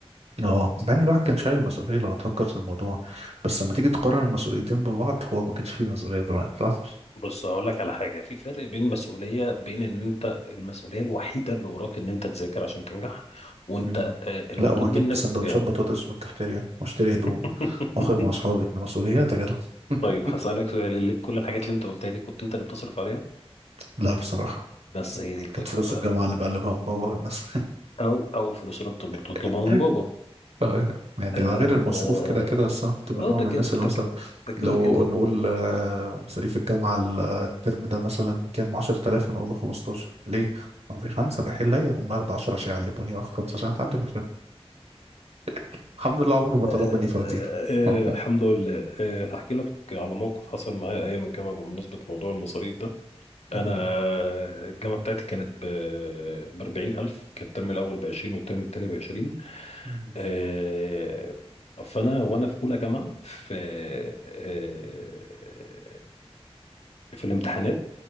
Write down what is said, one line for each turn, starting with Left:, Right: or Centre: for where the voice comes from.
Right: اه بعدين الواحد كان شايل مسؤوليه لو تفكر في الموضوع بس لما تيجي تقارن المسؤوليتين ببعض هو ما كانش فيه مسؤوليه زمان صح
Left: بص هقول لك على حاجة في فرق بين المسؤولية بين ان انت المسؤولية الوحيدة اللي وراك ان انت تذاكر عشان تنجح وانت
Right: امم
Left: آه، المطلوب
Right: لا واجيب
Left: منك
Right: سندوتشات
Left: آه،
Right: بطاطس من الكافتيريا واشتري هدوم
Left: <laughs>
Right: واخرج مع اصحابي ده مسؤوليات يا جدع <laughs>
Left: طيب هسألك سؤال اللي كل الحاجات اللي انت قلتها دي كنت انت اللي بتصرف عليها
Right: لا بصراحه
Left: بس هي دي الفكرة
Right: كانت فلوس
Left: فاهم
Right: الجامعه اللي بقلبها من بابا والناس
Left: او او الفلوس اللي بتب- بتطلبها
Right: <laughs>
Left: من بابا
Right: اه يعني ده
Left: اه
Right: غير المصروف كده كده بس انا كنت من
Left: آه،
Right: نوع
Left: ده
Right: من
Left: كده
Right: الناس
Left: ده
Right: اللي مثلا
Left: كده ده كده
Right: لو
Left: كده.
Right: نقول آه، مصاريف الجامعة الترم ده مثلا كام 10000 انا اقول له 15 ليه؟ عمري خمسة رايحين ليا هم ياخدوا 10 عشان يعلموني واخد خمسة عشان اتعلم <laughs> الحمد لله عمره ما طلب
Left: آه،
Right: مني فواتير
Left: آه،
Right: <laughs>
Left: آه، الحمد لله آه، هحكي لك على موقف حصل معايا ايام الجامعة بمناسبة موضوع المصاريف ده انا
Right: مم.
Left: الجامعه بتاعتي كانت ب ب 40000 كان الترم الاول ب 20 والترم الثاني ب 20
Right: مم.
Left: آه، فانا وانا في اولى جامعه في آه، في الامتحانات